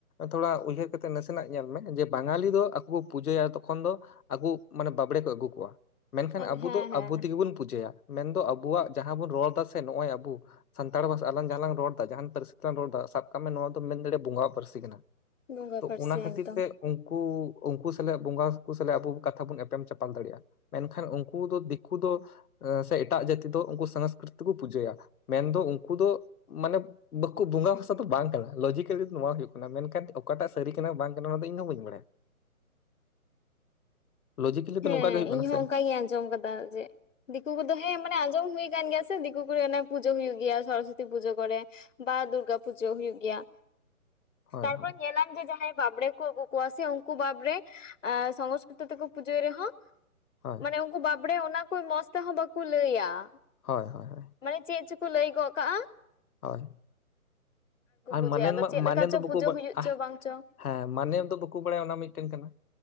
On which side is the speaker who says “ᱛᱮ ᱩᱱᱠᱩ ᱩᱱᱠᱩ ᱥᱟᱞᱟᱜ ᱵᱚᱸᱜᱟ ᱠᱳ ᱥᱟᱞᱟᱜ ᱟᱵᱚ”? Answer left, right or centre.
Left